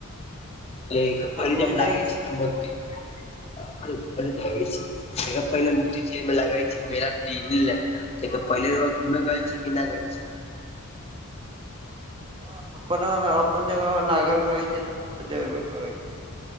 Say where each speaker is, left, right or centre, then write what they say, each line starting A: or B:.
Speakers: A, on the right; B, on the left.
A: छी कि
B: त
A: अहाँ
B: पहिले
A: घूमे
B: जब
A: जाइ
B: लागाै
A: छी
B: छै ने मूर्ती ै पहिल म लगै छै <unintelligible> त पहिले र घूमे गेल छी,? कि ना गेल छी
A: ह अपनाले अपन जगह लागल रहे छै, त वहं तऽ जेबे करै छी।